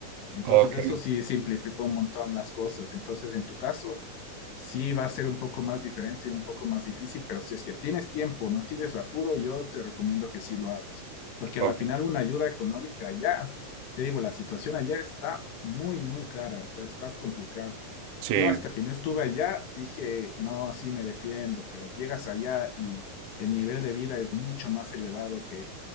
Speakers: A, on the left; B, on the right.
A: Entonces,
B: Ok,
A: eso sí simplificó un montón las cosas. Entonces, en tu caso, sí va a ser un poco más diferente y un poco más difícil, pero si es que tienes tiempo, no tienes apuro, yo te recomiendo que sí lo hagas, porque a
B: ok.
A: la final una ayuda económica allá, te digo, la situación allá está muy, muy cara, o sea, está complicado.
B: Sí.
A: Yo hasta que no estuve allá dije, no, sí me defiendo, pero llegas allá y el nivel de vida es mucho más elevado que,